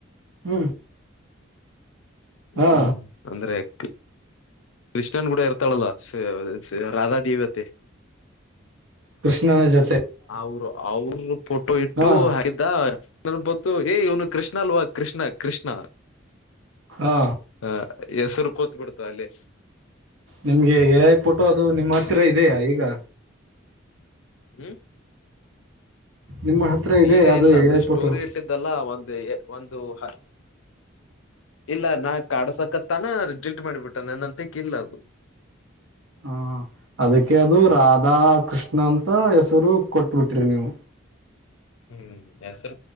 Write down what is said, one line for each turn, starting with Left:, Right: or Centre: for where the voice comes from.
Right: ಹ್ಮ್ ಹಾ
Left: ಹ್ಮ್ ಅಂದ್ರೆ ಕೃ ಕೃಷ್ಣನ್ ಗೂಡ ಇರ್ತಾಳಲ್ಲ ಸೆ-ಶೇ ರಾಧಾ ದೇವತೆ.
Right: ಕೃಷ್ಣ ಜ
Left: ಅವ್ರ ಅವ್ರ ಫೋಟೋ ಇಟ್ಟು
Right: ಹಾ
Left: ಹಾಕಿದ್ದ ನನ್ಗೊತ್ತು ಏ ಇವ್ನು ಕೃಷ್ಣ ಅಲ್ವಾ. <unintelligible> ಕೃಷ್ಣ ಕೃಷ್ಣ
Right: ಹಾ
Left: ಹ ಹೆಸ್ರ ಕೂತ್ ಬಿಡ್ತ ಅಲ್ಲೇ.
Right: ನಿಮ್ಗೆ ಎ ಐ ಪೊಟೊ ಅದು ನಿಮ್ಮ ಹತ್ರ ಇದೆಯಾ ಈಗ.
Left: ಹ್ಮ್
Right: ನಿಮ್ಮ ಹತ್ರ ಇದೆ
Left: ಈಗ
Right: ಅದು
Left: ಇಲ್ಲ
Right: ಎ
Left: ಅಂದ್ರೆ
Right: ಐ
Left: ಸ್ಟೋರಿ
Right: ಫೋಟೋ
Left: ಇಟ್ಟಿದ್ದಲ್ಲ ಒಂದು ಎ ಒಂದು ಹ. ಇಲ್ಲ ನಾ ಕಾಡಸಕತ್ತಾನ ಡಿಲ್ಟ್ ಮಾಡಬಿಟ್ಟನ್ ನನ್ನಂತಕಿಲ್ಲ ಅದು.
Right: ಹ್ಮ ಅದಕ್ಕೆ ಅದು ರಾಧಾ ಕೃಷ್ ನಂತ ಹೆಸರು ಕೊಟ್ಬಿಟ್ರಿ ನೀವು.
Left: ಹ್ಮ ಹೆಸ್ರ